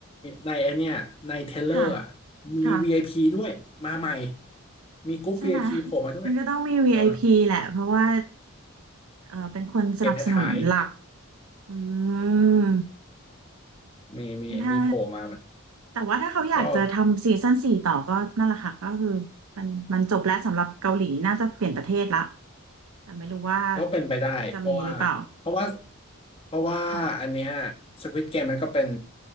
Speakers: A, on the left (about 25°); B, on the right (about 80°).
A: ในไอนเนี้ยในเทเลอร์อะ
B: <laughs> ค่ะ
A: มี
B: ค่ะ
A: VIP ด้วยมาใหม่มีกรุ๊ป
B: ใช่ไหม
A: VIP โผล่มาด้วย
B: มันก็ต้องมี VIP
A: เออ
B: แหละเพราะว่าเออเป็นคนสนับสนุนหลัก
A: เกมท้าย
B: อืม
A: ๆมีมีมีโผล่มาเหมือน
B: ถ้าแต่ว่าถ้าเขาอยากจะทำซีซั่นสี่ต่อก็นั่นแหละค่ะก็คือมันมันจบแล้วสำหรับเกาหลีน่าจะเปลี่ยนประเทศละ
A: ก็
B: แต่ไม่รู้ว่า
A: ก็เป็นไปได้เพราะว่าเพราะว่า
B: จะมีหรือเปล่า
A: เพราะว่าอันเนี้ย
B: ค่ะ
A: Squid Game มันก็เป็น